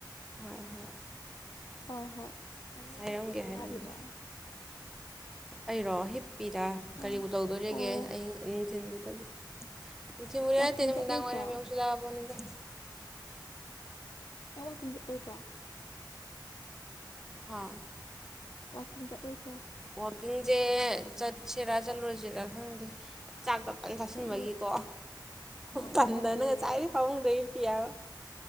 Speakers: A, in the centre; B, on the left (about 55°).
A: ꯍꯣꯏ ꯍꯣꯏ
B: ꯍꯣꯏ ꯍꯣꯏ ꯅꯪ
A: ꯍꯥꯏꯔꯝꯒꯦ
B: ꯀꯩꯇꯧꯔꯤ
A: ꯍꯥꯏꯔꯝꯒꯦ
B: ꯍꯥꯏꯕꯅꯣ
A: ꯑꯩꯔꯣ ꯍꯤꯞꯄꯤꯗꯥ
B: ꯑꯥ
A: ꯀꯔꯤꯕꯨ ꯇꯧꯗꯣꯔꯤꯒꯦ
B: ꯑꯣ
A: ꯑꯩ ꯅꯨꯡꯊꯤꯜꯁꯤꯗꯕꯨ ꯅꯨꯡꯊꯤꯜꯕꯨ ꯅꯠꯇꯦꯅꯦ
B: ꯋꯥꯛꯀꯤꯡ
A: ꯅꯨꯝꯗꯥꯡ
B: ꯆꯠꯂꯣꯏꯗ꯭ꯔꯣ
A: ꯋꯥꯏꯔꯝ ꯌꯦꯁꯤꯜꯂꯛꯑꯥ ꯄꯣꯠꯅꯤꯗꯥ
B: ꯅꯪ ꯋꯥꯀꯤꯡ ꯆꯠꯂꯣꯏꯗ꯭ꯔꯥ
A: ꯍꯥꯥ
B: ꯋꯥꯛꯀꯤꯡ ꯆꯠꯂꯣꯏꯗ꯭ꯔꯣ
A: ꯋꯥꯀꯤꯡꯁꯦ ꯆꯠ ꯁꯦꯔꯥ ꯆꯠꯂꯨꯁꯤꯔꯥ ꯈꯪꯗꯦ ꯆꯥꯛꯗ ꯆꯥꯁꯤꯟꯕꯒꯤꯀꯣ
B: ꯆꯠꯂꯣ ꯍꯣꯏ
A: ꯇꯟꯗ
B: ꯇꯟꯁꯤꯜꯂꯦꯕ
A: ꯅꯪ ꯉ ꯆꯥꯏꯔꯤ ꯄꯥꯃꯨꯡꯗꯩ ꯄꯤꯕ